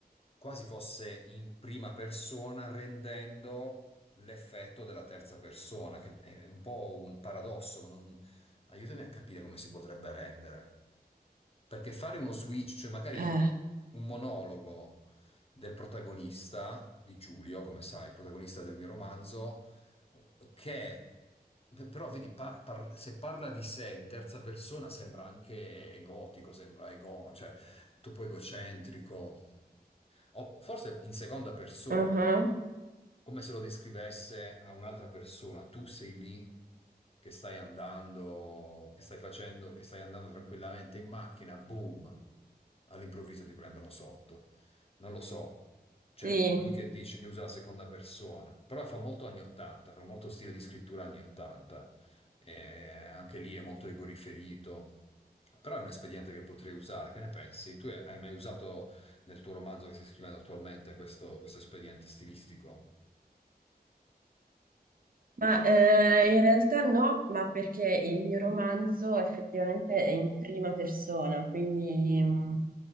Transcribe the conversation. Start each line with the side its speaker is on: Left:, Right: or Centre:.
Left: quasi fosse in prima persona, rendendo l'effetto della terza persona, che è è un po' un paradosso, ma non... aiutami a capire come si potrebbe rendere. Perché fare uno switch, cioè magari
Right: eh,
Left: un monologo del protagonista di Giulio, come sai, il protagonista del mio romanzo, che però vedi, pa- par- se parla di sé in terza persona sembra anche egotico, sembra ego, cioè troppo egocentrico. O forse in seconda persona,
Right: uh-huh,
Left: come se lo descrivesse a un'altra persona. Tu sei lì che stai andando, che stai facendo, che stai andando tranquillamente in macchina, boom, all'improvviso ti prendono sotto. Non lo so. Cioè,
Right: sì.
Left: lui che dice che usa la seconda persona, però fa molto anni 80, fa molto stile di scrittura anni 80. E anche lì è molto egoriferito. Però è un espediente che potrei usare, che ne pensi? Tu hai mai usato nel tuo romanzo che stai scrivendo attualmente questo, questo espediente stilistico.
Right: Ma eh, in realtà no, ma perché il mio romanzo effettivamente è in prima persona, quindi mm,